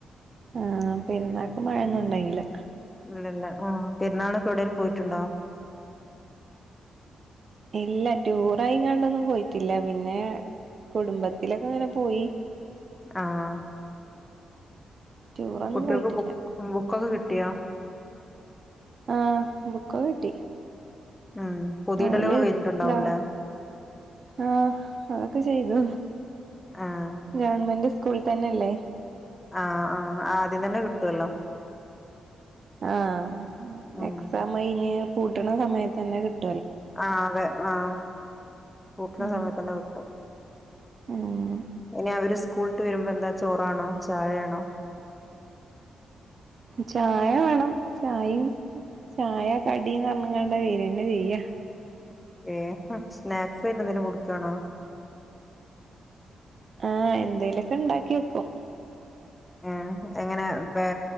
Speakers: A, on the right; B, on the left.
A: ആഹ് പിന്നെ നാക്ക്‌ മഴയൊന്നും ഉണ്ടായ്ന്നില്ല
B: ഇല്ല ഇല്ല ആഹ് പെരുന്നാള് ഇപ്പം എവിടെലും പോയിട്ടുണ്ടോ
A: ഇല്ല ടൂറായിങ്ങാണ്ടൊന്നും പോയ്ട്ടില്ല പിന്നെ കുടുംബത്തിലെക്ക ഇങ്ങനെ പോയി
B: ആഹ്
A: ടൂറൊന്നും
B: കുട്ടികൾക്ക്
A: പോയിട്ടില്ല
B: ബുക്ക് ബുക്കൊക്കെ കിട്ടിയാ
A: ആഹ് ബുക്കോ കിട്ടി
B: ഉം പൊതി
A: ഓല്
B: ഇടലൊക്കെ കഴിഞ്ഞിട്ട് ഉണ്ടാവും
A: ഗ
B: അല്ലേ
A: ആഹ് അതൊക്ക ചെയ്തു
B: ആഹ്
A: ഗവൺമെന്റ് സ്കൂളിത്തന്നെ അല്ലേ
B: ആഹ് അഹ് ആദ്യം തന്നെ കിട്ട് വല്ലോ
A: ആഹ്
B: ഉം
A: എക്സാം കയ്ഞ്ഞ് പൂട്ടണ സമയത്തന്നെ കിട്ട്
B: ആഹ് അതെ ആഹ് പൂട്ടണ
A: ഉം
B: സമയ്ത്തന്ന കിട്ടും
A: ഉം
B: ഇനി അവര് സ്കൂൾട്ട് വരുമ്പ എന്താ ചോറാണോ ചായയാണോ
A: ചായ വേണം ചായേം ചായ കടീന്ന് പറഞ്ഞ്കാണ്ട വേര്ന്ന ചെയ്യാ
B: ഏഹ് ഹും സ്നാക്സ് ആയിട്ട് എന്തേലും കൊട്ക്കുവാണോ
A: ആഹ് എന്തേലെക്ക ഇണ്ടാക്കി വെക്കും
B: ഏഹ് എങ്ങനെ ബേ